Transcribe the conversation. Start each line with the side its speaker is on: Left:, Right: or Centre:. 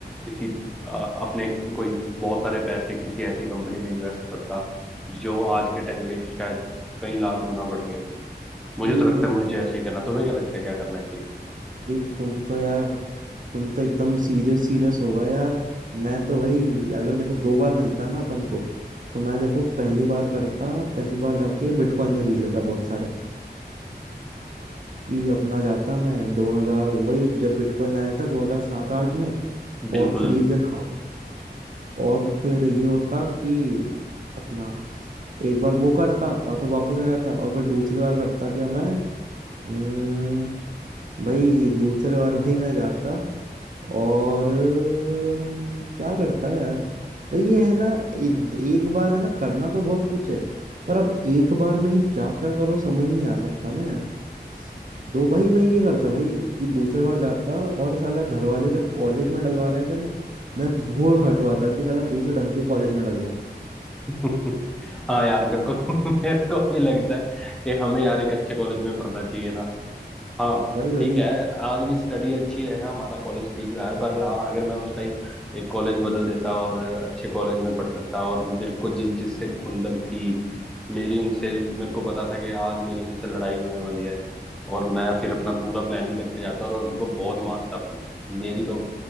Centre: किसी अ, अपने कोई बहुत सारे पैसे किसी ऐसी कंपनी में इन्वेस्ट करता जो आज के टाइम में शायद कई लाख गुना बढ़ गए होते। मुझे
Right: भाई
Centre: तो लगता है मुझे ऐसे ही करना तुम्हें क्या लगता है क्या करना चाहिए
Right: भाई तुम तो यार तुम तो एकदम सीरियस सीरियस होगा यार मैं तो भाई अगर देखो दो बार मिलता ना अपन को तो मैं देखो पहली बार करता पहली बार जाके बिटकॉइन खरीद लेता बहुत सारे कि अपना जाता मैं 2000 वही जब बिटकॉइन आया था 2007 आठ में
Centre: बिल्कुल
Right: और खरीद लेता और फिर ये होता कि अपना एक बार वो करता और फिर वापस आ जाता और फिर दूसरी बार करता क्या मैं अम्म, भाई दूसरे बार <laughs> भाई मैं जाता और अम, क्या करता है यार भाई ये है ना इ- एक बार है ना करना तो बहुत कुछ है पर अब एक बार में ही क्या क्या करो समझ नहीं आ सकता ना यार तो भाई मैं ये करता भाई कि दूसरी बार जाता और साला घर वाले जब कॉलेज में डलवा रहे थे ना मैं वो हटवाता कि साला दूसरे ढंग के कॉलेज में डलवाऊं
Centre: <laughs> हाँ यार मेरे को <laughs> मेरे को भी लगता है कि हमें यार एक अच्छे कॉलेज में पढ़ना चाहिए था हाँ
Right: भाई भाई
Centre: ठीक है आज भी स्टडी अच्छी है हाँ, हमारा कॉलेज ठीक रहा है पर हाँ अगर मैं उस टाइम एक कॉलेज बदल देता और अच्छे कॉलेज में पढ़ सकता और मेरे को जिस जिससे खुंदक थी मेरी उनसे मेरे को पता था कि आज मेरी उनसे लड़ाई होने वाली है और मैं फिर अपना पूरा प्लानिंग करके जाता और उनको बहुत मारता भाई मेरी तो